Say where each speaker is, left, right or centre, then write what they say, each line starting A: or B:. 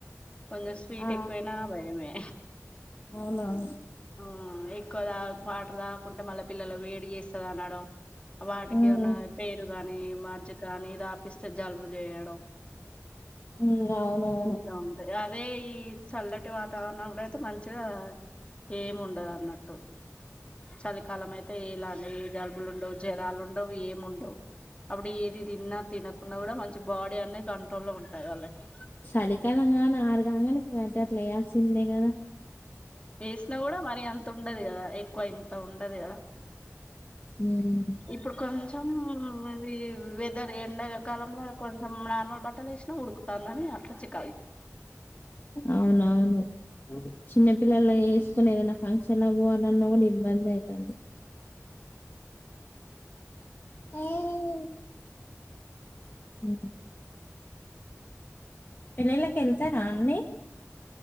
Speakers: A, on the left; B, on the left.
A: కొంచం స్వీట్
B: ఆ
A: ఎక్కువైనా భయమే
B: అవునవును
A: మ్ ఎక్కువ తాగ్ వాటర్ తాగకుంటే మళ్ళ పిల్లల వేడి చేస్తద్ అనడం వాటికి
B: ఉమ్
A: ఉన్న పేరు కాని మార్జ్ కానీ దాపిస్తే జలుబు చేయడం
B: హ్మ్ అవునవును
A: ఇలా ఉంటాయి అదే ఈ చల్లటి వాతావరణంల అయితే మంచిగా ఏం ఉండదన్నట్టు చలికాలం అయితే ఇలానే ఏ జలుబులుండవు జరాలుండవు ఏమిండవు. అప్పుడు ఏది తిన్న తినకున్నా గుడా మంచి బాడీ అనేది కంట్రోల్లో ఉంటాయి వాళ్ళకి
B: చలికాలంగాన్ ఆరుగాంగనే స్వెటర్లు ఏయాల్సిందే కదా
A: ఏసినా గుడా మరి అంత ఉండది కదా ఎ ఎక్కువ ఇంత ఉండది కదా
B: ఉమ్
A: ఇప్పుడు కొంచం ఇది ద్దర్ ఎండకాలంలో కొంచం నార్మల్ బట్టల్ ఏసినా ఉడుకుతా <unintelligible>
B: అవునవును చిన్నపిల్లలా ఎస్కొని ఏదైనా ఫంక్షన్ల పోవాలన్న గుడా ఇబ్బందయితంది. ఆహా హ పెళ్ళిలక్ ఎల్తరా అండి